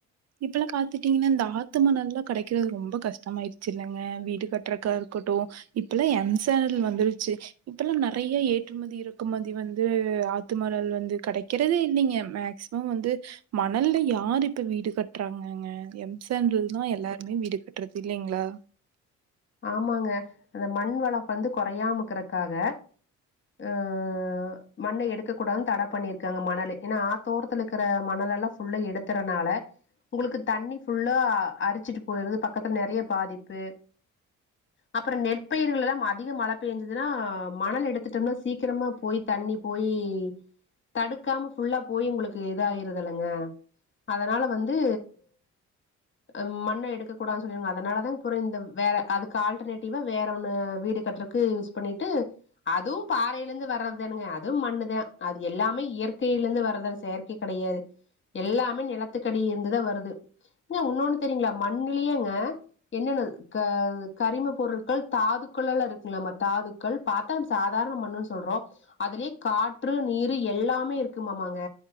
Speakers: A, on the right; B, on the left.
A: இப்பல்லாம் காத்துட்டீங்கன்னா இந்த ஆத்துமணல் கிடைக்கிறது ரொம்ப கஷ்டமாயிடுச்சு இல்லைங்க வீடு கட்டுறக்கா இருக்கட்டும் இப்பல்லாம் எம்சாண்டல் வந்துருச்சு இப்பல்லாம் நிறைய ஏற்றுமதி இறக்குமதி வந்து ஆத்துமணல் வந்து கிடைக்கிறதே இல்லைங்க மேக்சிமம் வந்து மணல்லயாரு இப்ப வீடு கட்டுறாங்கங்க எம்சாண்டல் தான் எல்லாருமே வீடு கட்டுறது இல்லைங்களா
B: ஆமாங்க அந்த மண் வளம் வந்து குறையாமக்கறக்காக ஆஹ் மண்ணை எடுக்க கூடாதுனு தட பண்ணிருக்காங்க மணலு ஏன்னா ஆ தோரத்துல இருக்கிற மணல எல்லாம் ஃபுல்லா எடுத்துறதுனால உங்களுக்கு தண்ணி ஃபுல்லா அரிச்சிட்டு போயிருது பக்கத்துல நிறைய பாதிப்பு அப்புறம் நெற்பயிர்கள் எல்லாம் அதிக மழை பெஞ்சுதுன்னா மணல் எடுத்துட்டோம்னா சீக்கிரமா போய் தண்ணி போயி தடுக்காம ஃபுல்லா போயி உங்களுக்கு இத ஆயிருது இல்லலைங்க அதனால வந்து அஹ் மண்ணை எடுக்க கூடாதுனு சொல்லிருக்காங்க அதனாலதான் அப்புறம் இந்த வேற அதுக்கு ஆல்டர்னேட்டிவா வேற ஒன்னு வீடு கட்டுறக்கு யூஸ் பண்ணிட்டு அதுவும் பாறையில இருந்து தா வர்றதுதானுங்க அதுவும் மண்ணுதான் அது எல்லாமே இயற்கையில இருந்து வர்றதுதான செயற்கை கிடையாது எல்லாமே நிலத்துக்கடி இருந்துதா வருது இன்னொன்னு தெரியங்களா மண்ணுலியேங்க என்னென்ன கரிம பொருள்கள் தாதுக்கள் எல்லா இருக்குலமா தாதுக்கள் பாத்தா சாதாரண மண்ணுன் சொல்றோ அதுலே காற்று நீரு எல்லாமே இருக்குமாமாங்க